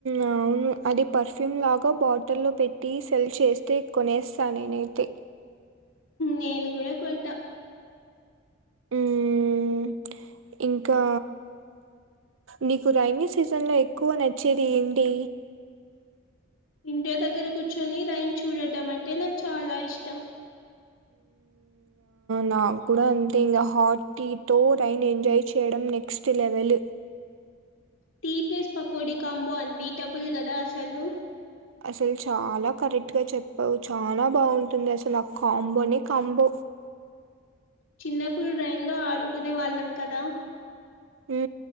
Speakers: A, on the right (about 80°); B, on the left (about 85°).
A: అ అవును అది పర్ఫ్యూమ్ లాగా బాటిల్లో పెట్టి సెల్ చేస్తే కొనేస్తా నేనైతే
B: నేను కూడా కొంటా
A: మ్మ్ ఇంకా నీకు రైైనీ సీజన్ లో ఎక్కువ నచ్చేది ఏంటి
B: ఇంటి దగ్గర కూర్చొని రైన్ చూడటం అంటే నాకు చాలా ఇష్టం
A: నా కూడా అంతే ఇంకా హాట్ టీతో రైన్ ఎంజాయ్ చేయడం next level
B: tea place pakodi combo unbeatable కదా అసలు
A: అసలు చాలా కరెక్ట్ గా చెప్పావు చాలా బాగుంటుంది అసలు ఆ కాంబోనే కాంబో
B: చిన్నప్పుడు రైన్లో ఆడుకునే వాళ్ళం కదా
A: ఉ